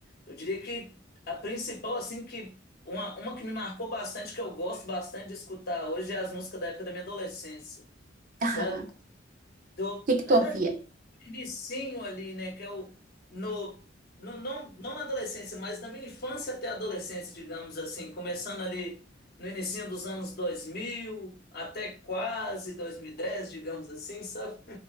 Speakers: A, on the left; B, on the right.
A: eu diria que a principal, assim, que uma, uma que me marcou bastante, que eu gosto bastante de escutar hoje, é as músicas da época da minha adolescência, sabe?
B: Aham.
A: Do,
B: O que que
A: na
B: tu
A: verdade,
B: ouvia?
A: vicinho ali, né? Que é o no, no não, não na adolescência, mas na minha infância até a adolescência, digamos assim, começando ali no início dos anos 2000 até quase dois mil e dez digamos assim, sabe?